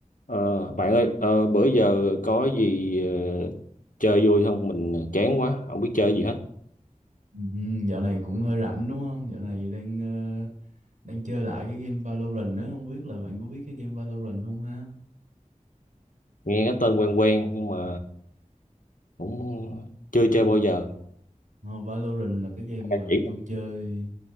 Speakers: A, on the left; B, on the right.
A: Ờ, bạn ơi, ờ, bữa giờ có gì ờ, chơi vui không? Mình chán quá, không biết chơi gì hết.
B: Ừ, dạo này cũng hơi rảnh đúng không? Dạo này đang ờ, đang chơi lại cái game Valorant đó, không biết là bạn có biết cái game Valorant không ha?
A: Nghe cái tên quen quen nhưng mà cũng chưa chơi bao giờ.
B: Ờ, Valorant là cái game mà
A: Bạn chỉ
B: tôi
A: mình.
B: chơi